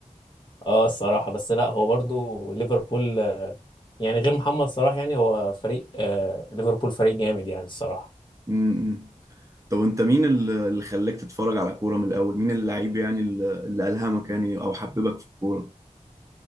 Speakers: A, on the left; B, on the right.
A: اه الصراحة بس لا هو برضو ليفربول آه، يعني غير محمد صلاح يعني هو فريق آه ليفربول فريق جامد يعني الصراحة
B: امم طب انت مين ال- اللي خلاك تتفرج على كورة من الاول مين اللعيب يعني ال- اللي الهمك يعني او حببك في الكورة